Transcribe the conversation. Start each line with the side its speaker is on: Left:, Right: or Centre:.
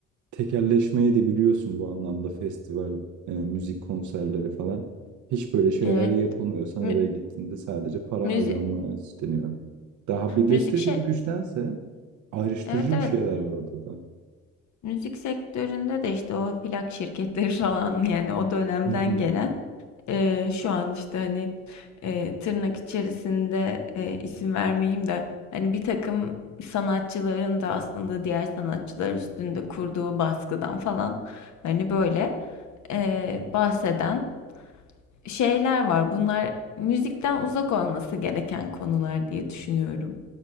Right: tekelleşmeyi de biliyorsun bu anlamda festival, e, müzik konserleri falan. Hiç böyle şeyler
Left: Evet.
Right: yapılmıyor. Sen oraya
Left: Mü-
Right: gittiğinde sadece para
Left: müzik
Right: harcanmaya isteniyor. Daha birleştirici
Left: müzik şey
Right: bir güçtense ayrıştırıcı
Left: evet evet
Right: bir şeyler var ortada.
Left: müzik sektöründe de işte o plak şirketleri <laughs> falan yani o dönemden
Right: Hı hı.
Left: gelen Eee, şu an işte hani eee, tırnak içerisinde eee, isim vermeyeyim de hani bir takım sanatçıların da aslında diğer sanatçılar üstünde kurduğu baskıdan falan hani böyle eee, bahseden şeyler var. Bunlar müzikten uzak olması gereken konular diye düşünüyorum.